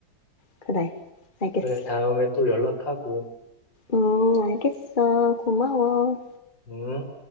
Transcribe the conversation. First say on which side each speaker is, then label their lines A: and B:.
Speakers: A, on the left (about 25°); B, on the left (about 65°).
A: 그래. 알겠어.
B: 그래, 다음에 또 연락하고.
A: 음, 알겠어. 고마워.
B: 응?